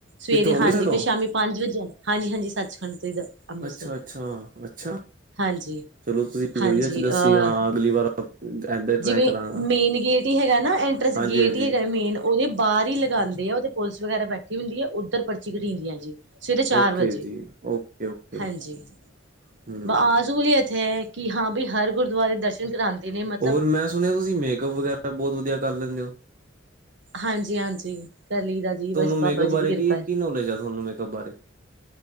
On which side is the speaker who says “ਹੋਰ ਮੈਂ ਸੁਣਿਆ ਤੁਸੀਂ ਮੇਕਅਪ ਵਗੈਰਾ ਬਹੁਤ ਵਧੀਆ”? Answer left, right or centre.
Right